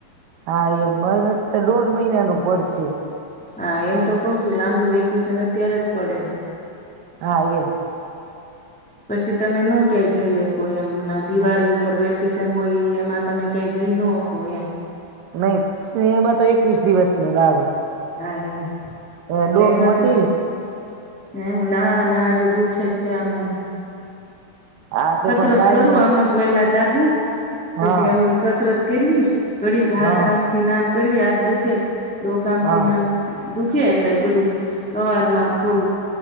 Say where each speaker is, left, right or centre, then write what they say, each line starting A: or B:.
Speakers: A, on the right; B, in the centre.
A: હા, એમ અત્યારે દોઢ મહિનાનું પડશે
B: હા, એમ તો કહ છું લાંબુ વેકેશન અત્યારે જ પડે
A: હા, અઈમ
B: પછી તમે ન ક્યાંય જઈ હકો એમ ના દિવાળી ઉપર વેકેશન હોય એમાં તમે ક્યાંય જઈ ન હકો એમ
A: નહી એમાં તો એકવીસ દિવસ નું જ આવે
B: ના એ
A: ડોક
B: એ એમાં
A: મટી
B: તો, હ, ના, ના જેધું ખેત છે આમનામ.
A: આ તે
B: કસરત
A: પણ કઈ
B: કરું
A: ન
B: આમનેમ વેલા જાગવું પછી
A: હા
B: આમનેમ કસરત કરવી. ઘડી હાથ
A: હા
B: આમથીનામ કરવી આજ દુખે. ડોકામ
A: હા
B: થીનામ દુઃખ <unintelligible> એટલે બધું અવાર માં થોડુંક